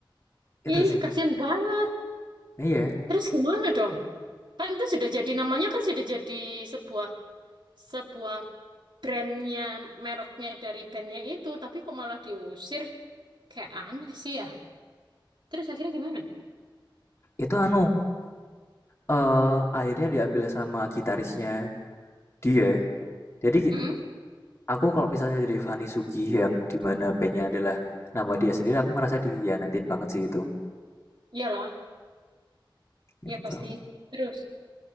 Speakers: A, on the left; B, on the right.
A: Itu
B: Ih,
A: sih.
B: kasihan banget.
A: Iya,
B: Terus gimana dong? Kan itu sudah jadi namanya kan sudah jadi sebuah sebuah brandnya, mereknya dari bandnya itu, tapi kok malah diusir? Kayak aneh sih ya. Terus akhirnya gimana?
A: itu anu Eee, akhirnya diambil sama gitarisnya dia. Jadi gi
B: Hmm?
A: aku kalau misalnya jadi Fanny Sugi yang dimana mana adalah nama dia sendiri, aku ngerasa dikhianatin banget sih itu,
B: Iyalah,
A: gitu.
B: ya pasti. Terus